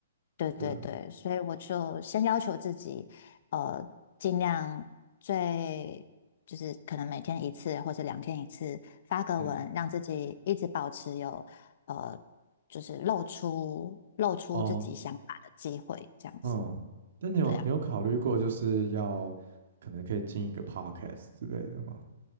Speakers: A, on the left; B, on the right.
A: 对对对，
B: 对，
A: 所以我就先要求自己，呃，尽量最就是可能每天一次或者两天一次发个文，
B: 嗯，
A: 让自己一直保持有呃，就是露出露出自己想法的机会，
B: 哦，
A: 这样子。
B: 嗯，那你有你有考虑过就是要可能可以进一个
A: 对啊。
B: podcast 之类的吗？